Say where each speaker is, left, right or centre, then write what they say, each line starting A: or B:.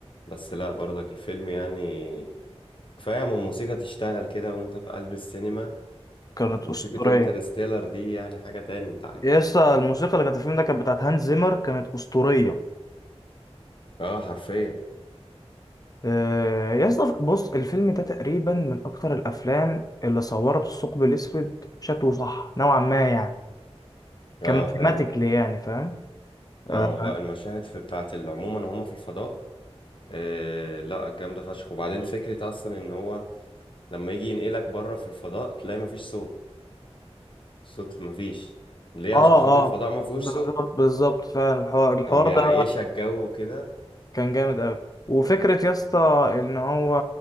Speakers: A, on the left; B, on the left.
A: بس لا برضك الفيلم يعني كفاية من موسيقى تشتغل كده وانت في قلب السينما
B: كانت
A: موسيقى
B: اسطوريه
A: انترستيلر دي يعني حاجة تاني انت عارف
B: يا اسطى الموسيقى اللي كانت في الفيلم ده كانت بتاعت هانز زيمر كانت اسطوريه
A: اه حرفيا
B: آه، يا اسطى بص الفيلم ده تقريبا من اكتر الافلام اللي صورت الثقب الاسود شكله صح نوعا ما يعني
A: اه
B: كماثيماتيكلي
A: فعلا
B: يعني فاهم
A: اه
B: اه
A: لا المشاهد في بتاعت ال- عموما هم في الفضاء آه لا جامدة فشخ وبعدين فكرة اصلا ان هو لما يجي ينقلك بره في الفضاء تلاقي مفيش صوت صوت مفيش ليه
B: اه
A: عشان خاطر
B: آه،
A: الفضاء مفيهوش
B: بالظبط
A: صوت
B: بالظبط فعلا الحوار الحوار
A: كان بيعيشك
B: ده
A: جو كده
B: كان جامد قوي وفكره يا اسطى ان هو